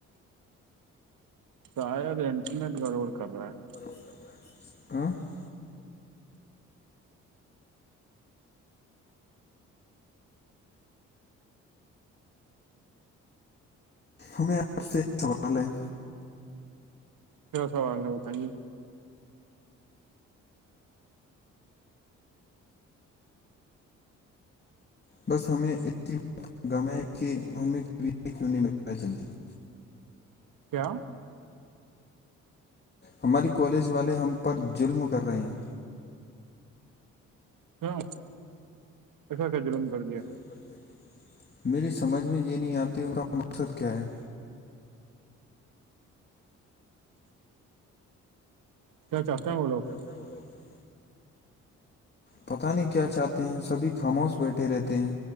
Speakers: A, on the right; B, on the left.
A: شاید انٹرنیٹ گڑبڑ کر رہا ہے
B: <unintelligible> <inaudible> ہمیں آپ سے ایک سوال ہے
A: کیاا سوال ہے بتائیے
B: بس ہمیں اسسی باتنگاما ہے کہ ہمیں کیوں نہیں مل رہا ہے جلدی <inaudible>
A: کیا
B: ہماری کالج والے ہم پر ظلم کر رہے ہیں
A: کیوں ایسا کیا ظلم کر دیا
B: <inaudible> میری سمجھ میں یہ نہیں آتی ان کا مقصد کیا ہے
A: کیا چاہتا ہیں وہ لگ
B: <unintelligible> پتہ نہیں کیا چاہتے ہیں سبھی خاموش بیٹھے رہتے ہیں